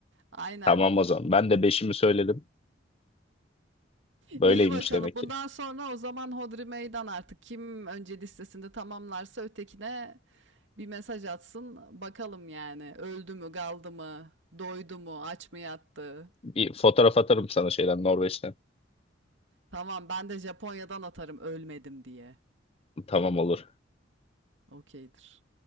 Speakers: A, on the right; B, on the left.
A: Aynen.
B: Tamam o zaman. Ben de beşimi söyledim. Böyleymiş
A: İyi bakalım.
B: demek
A: Bundan
B: ki.
A: sonra o zaman hodri meydan artık. Kim önce listesinde tamamlarsa ötekine bir mesaj atsın. Bakalım yani. Öldü mü, kaldı mı, doydu mu, aç mı yattı?
B: Bir fotoğraf atarım sana şeyden Norveç'ten.
A: Tamam ben de Japonya'dan atarım ölmedim diye.
B: Tamam olur.
A: Okeydir.